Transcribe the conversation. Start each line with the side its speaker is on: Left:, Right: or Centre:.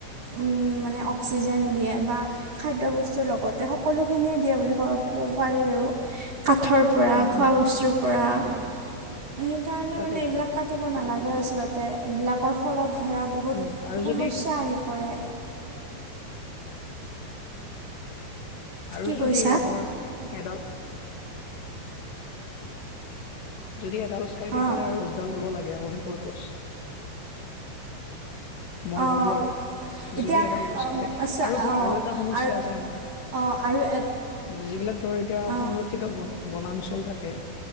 Right: উম, মানে অক্সিজেন দিয়ে বা খাদ্য বস্তুৰ লগতে সকলোখিনিয়ে দিয়া বুলি ক'ব পাৰি আৰু কাঠৰ পৰা
Left: উম
Right: খোৱা
Left: উম
Right: বস্তুৰ পৰা সেইকাৰণে
Left: তাকেতো
Right: মানে এইবিলাক কাটিব নালাগে আচলতে এইবিলাকৰ ফলত ধৰা বহুত
Left: উম আৰু
Right: সমস্যা
Left: যদি
Right: আহি পৰে।
Left: আৰু
Right: কি
Left: যদি
Right: কৈছা
Left: ধৰ এডাল যদি এডাল গছ কৰে তেতিয়াহলে
Right: অঁ
Left: আৰু দহ দৰ ৰুব লাগে আৰু সেনেকুৱা গছ। মই
Right: অঁ
Left: ভাবো আৰু।
Right: এতিয়া
Left: যদি এডাল গছ
Right: অম,
Left: কাটে
Right: আচ্ছা
Left: আৰু ধৰ
Right: অঁ
Left: আৰু এটা সমস্যা
Right: আৰু
Left: আছে আমাৰ
Right: অঁ আৰু এ
Left: যিবিলাক ধৰ এতিয়া
Right: অঁ
Left: সংৰক্ষিত বন বনাঞ্চল থাকে